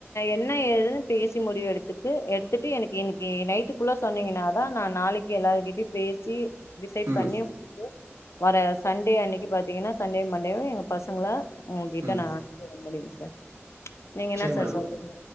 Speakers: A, on the left; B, on the right.
A: என்ன ஏதுன்னு பேசி முடிவெடுத்துட்டு எடுத்துட் எனக்கு இன்னிக்கு நைட்டுக்குள்ள சொன்னீங்கனாதான் நான் நாளைக்கு எல்லாரு கிட்டயும் பேசி டிசைட்
B: ம்
A: பண்ணி வர சண்டே அன்னிக்கு பாத்தீங்கன்னா சண்டே மண்டே எங்க பசங்கள உங்ககிட்ட
B: ம்
A: நான் அனுப்பிவிட முடியு சார் நீங்க என்ன
B: சரி
A: சார்
B: மேம்
A: சொல்றீங்க